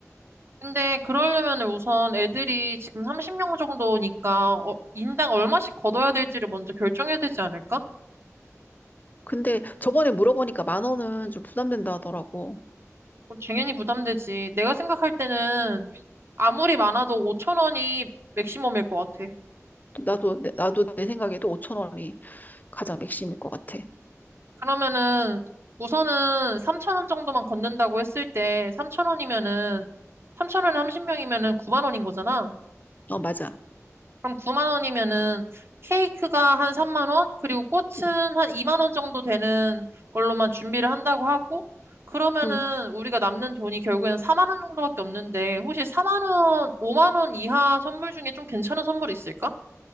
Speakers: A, on the right (about 50°); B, on the left (about 30°).
A: 근데 그러려면 우선 애들이 지금 30명 정도니까 어, 인당 얼마씩 걷어야 될지를 먼저 결정해야 되지 않을까?
B: 근데 저번에 물어보니까 만 원은 좀 부담된다 하더라고.
A: 어, 당연히 부담되지. 내가 생각할 때는 아무리 많아도 5천 원이 맥시멈일 것 같아.
B: 나도, 내- 나도 내 생각에도 5천 원이 가장 맥심일 것 같아.
A: 그러면은 우선은 3천 원 정도만 걷는다고 했을 때 3천 원이면은 삼천 원에 30명이면은 9만 원인 거잖아.
B: 어, 맞아.
A: 그럼 9만 원이면은 케이크가 한 3만 원, 그리고 꽃은
B: 응,
A: 한 2만 원 정도 되는 걸로만 준비를 한다고 하고 그러면은
B: 응.
A: 우리가 남는 돈이 결국에는 4만 원 정도밖에 없는데 혹시 4만 원, 5만 원 이하 선물 중에 좀 괜찮은 선물 있을까?